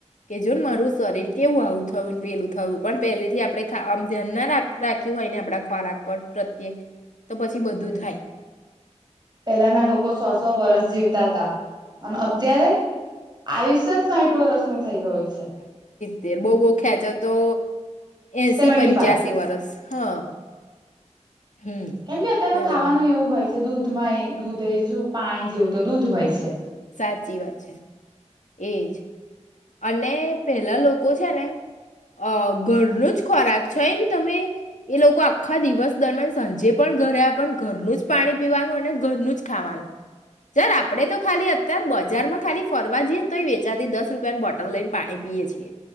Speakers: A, on the left; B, on the right.
A: કે જો મારું શરીર કેવું આવું થયું ને પેલું થયું, પણ પહેલેથી આપણે આમ ધ્યાન ના રાખ રાખ્યું હોય ને આપડા ખોરાક પર પ્રત્યે તો પછી બધું
B: હમ્મ
A: થાય
B: પેલાના લોકો સો-સો વર્ષ જીવતા હતા અને અત્યારે? આયુષ્ય જ સાઈઠ વર્ષનું થઈ ગયું છે.
A: તેર બોઉ-બોઉ ખેચે તો એસી
B: સેવન્ટી
A: પંચ્યાસી
B: ફાઈવ
A: વરસ. હા. હમ
B: કેમ કે અત્યારનું
A: બરાબર
B: ખાવાનું એવું હોય છે દૂધમાં એય દૂધ અય શું, પાણી જેવું તો દૂધ હોય છે.
A: સાચી વાત છે. એજ. અને પેલા લોકો છે ને અહ ઘરનું જ ખોરાક છોઈ ન તમે, એ લોકો આખા દિવસ દરમિયાન સાંજે પણ ઘરે આવ પણ ઘરનું જ પાણી પીવાનું, અને ઘરનું જ ખાવાનું, જ્યારે આપણેે તો ખાલી અત્યારે બજારમાં ખાલી ફરવા જઈએ ને તો વેચાતી દસ રૂપિયા બોટલ લઈન પાણી પીએ છે.